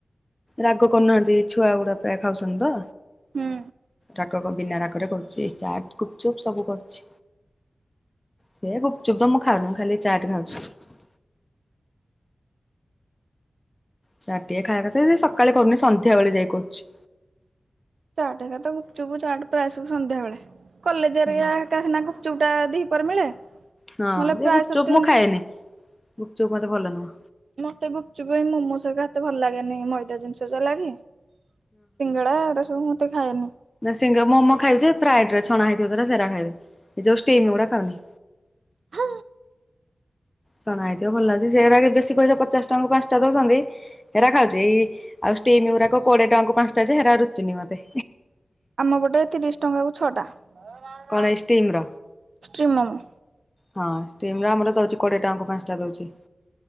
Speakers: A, on the left; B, on the right.
A: ରାଗ କରୁନାହାନ୍ତି ଛୁଆ ଗୁଡା ପ୍ରାୟ ଖାଉଛନ୍ତି ତ।
B: ହୁଁ।
A: ରାଗକ ବିନା ରାଗରେ କରୁଚି ଚାଟ, ଗୁପଚୁପ ସବୁ କରୁଛି। ସେ ଗୁପଚୁପ ତ ମୁଁ ଖାଉନି ମୁଁ ଖାଲି ଚାଟ ଖାଉଛି। ଚାଟ୍ ଟିଏ ଖାଇବା କଥା ସକାଳେ କରୁନି ସନ୍ଧ୍ୟା ବେଳେ ଯାଇ କରୁଛି।
B: ଚାଟ ଏକା ତ ଗୁପଚୁପୁ ଚାଟ ପ୍ରାୟ ସବୁ ସନ୍ଧ୍ୟା ବେଳେ। କଲେଜରେ
A: ହଁ
B: ହେନା ଗୁପ ଗୁପଚୁପ ଟା ଦି ପହରେ ମିଳେ।
A: ହଁ
B: ନହେଲେ
A: ଯେ
B: ପ୍ରାୟ
A: ଗୁପଚୁପ୍
B: ସବୁ ତ
A: ମୁଁ
B: ଏମିତି
A: ଖାଏନି। ଗୁପଚୁପ୍ ମତେ ଭଲ ନୁହଁ।
B: ମତେ ଗୁପଚୁପ ଏ ମୋମୋ ସ ହେରିକା ଏତେ ଭଲ ଲାଗେନି ମଇଦା ଜିନିଷ ସେ ଲାଗି ସିଙ୍ଗଡା ଏଗୁଡା ସବୁ ମୁଁ ଏତେ ଖାଏନି।
A: ସିଂଙ୍ଗ ମୋମୋ ଖାଇଲେ ଯେ ଫ୍ରାଇଡରେ ଛଣା ହେଇଥିବ ତ ସେରା ଖାଇବି। ଏ ଯଉ ଷ୍ଟିମ୍ ଗୁଡା ଖାଉନି।
B: ହ।
A: ଛଣା ହେଇତିବ ଭଲ ଲାଗୁଛି ସେରା ବେଶୀ ପଇସା ପଚାଶ ଟଙ୍କାକୁ ପାଞ୍ଚଟା ଦଉଛନ୍ତି ସେଇରା ଖାଉଛି ଇ-ଇ ଆଉ ଷ୍ଟିମ୍ ଗୁରାକ କୋଡିଏ ଟଙ୍କାଙ୍କୁ ପାଞ୍ଚଟା ଯେ ସେଗୁରାକ ରୁଚୁନି ମତେ।
B: ଆମ ପଟେ ତିରିଶ ଟଙ୍କାକୁ ଛଅ ଟା। <unintelligible>
A: କଣ ଏଇ ଷ୍ଟିମ୍ ର
B: ଷ୍ଟିମ ମୋମୋ।
A: ହଁ ଷ୍ଟିମ୍ ର ଆମର ଦଉଛି କୋଡିଏ ଟଙ୍କାକୁ ପାଞ୍ଚଟା ଦଉଛି।